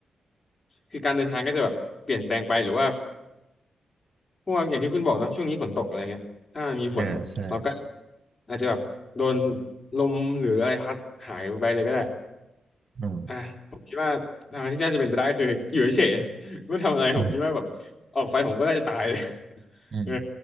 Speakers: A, on the left; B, on the right.
A: คือการเดินทางก็จะแบบเปลี่ยนแปลงไปหรือว่าพวกอย่างที่คุณบอกเนาะช่วงนี้ฝนตกอะไรเงี้ยถ้ามันมีฝนเราก็
B: อ่าใช่
A: อาจจะแบบโดนลมหรืออะไรพัดหายไปเลยก็ได้
B: อืม
A: อ่ะผมคิดว่าทางที่น่าจะเป็นไปได้ก็คืออยู่เฉยๆไม่ทำอะไรผมคิดว่าแบบ
B: อ
A: ออกไปผมก็น่าจะตายเลย <laughs>
B: ืม
A: เออ